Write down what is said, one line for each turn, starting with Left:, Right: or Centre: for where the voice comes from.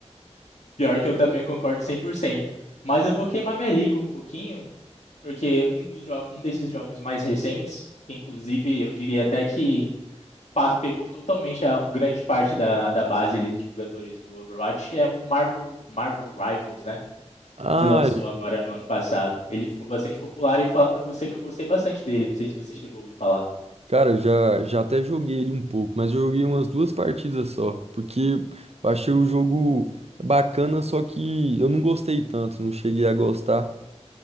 Left: Pior que eu também concordo cem por cento, Mas eu vou queimar minha língua um pouquinho, porque um dos jo- um desses jogos mais recentes, que inclusive eu diria até que pa- pegou totalmente a grande parte da, da base ali dos jogadores do Overwatch, é o Marvel, Marvel Rivals, né?
Right: Ah,
Left: Que lançou agora no ano passado. Ele ficou bastante popular e falar pra você que eu gostei bastante dele. Não sei se você chegou a ouvir falar.
Right: Cara, já, já até joguei ele um pouco, mas eu joguei umas duas partidas só, porque eu achei o jogo bacana, só que eu não gostei tanto, não cheguei a gostar.